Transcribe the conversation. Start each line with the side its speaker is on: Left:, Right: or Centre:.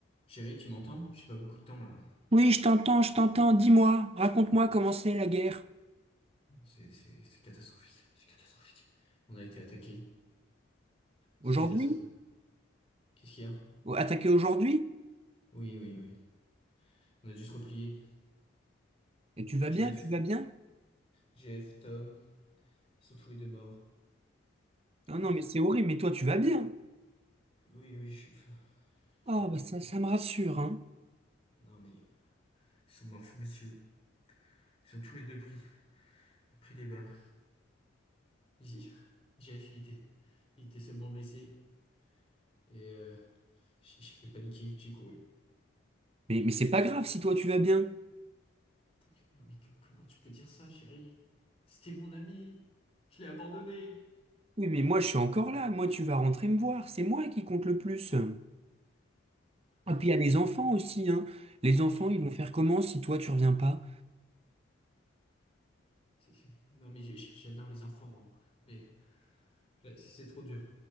Left: Chérie, tu m'entends? J'ai pas beaucoup de temps là.
Right: Oui, je t'entends, je t'entends. Dis-moi, raconte-moi comment c'est la guerre.
Left: C'est c'est- c'est catastrophique. C'est catastrophique. On a été attaqué. C'est
Right: Aujourd'hui?
Left: désastreux. Qu'est-ce qu'il y a?
Right: Ou Attaquer aujourd'hui?
Left: Oui, oui, oui. On a dû se replier.
Right: Et tu vas bien,
Left: Jeff,
Right: tu vas bien?
Left: Jeff, Tom, ils sont tous les deux morts.
Right: Non,
Left: Ah,
Right: non, mais c'est horrible, mais toi, tu vas bien.
Left: Oui, oui, je, enfin, je
Right: Oh,
Left: vais bien.
Right: bah ça, ça me rassure, hein.
Left: Non, mais ils sont morts sous mes yeux. Ils sont tous les deux pris, pris des balles. Ici, Jeff, il était, il était seulement blessé. Et euh, j'ai j'ai paniqué, j'ai couru.
Right: Mais, mais c'est pas grave si toi, tu vas bien.
Left: T'inquiète, non, mais comment tu peux dire ça, chérie? C'était mon ami. Je l'ai abandonné.
Right: Oui, mais moi, je suis encore là. Moi, tu vas rentrer me voir. C'est moi qui compte le plus. Et
Left: Ah,
Right: puis,
Left: J'en
Right: il y a les
Left: peux plus.
Right: enfants aussi, hein. Les enfants,
Left: J'en peux-
Right: ils vont faire comment si toi, tu reviens pas?
Left: c'est- c'est- Non, mais j'ai- j'ai- j'adore les enfants, hein. Mais là, c'est trop dur.